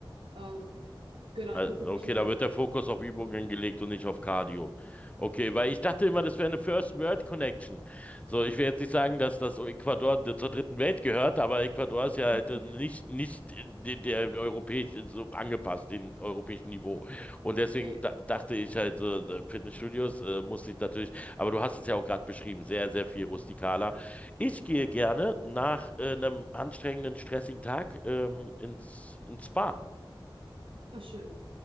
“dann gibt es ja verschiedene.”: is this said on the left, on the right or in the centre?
Right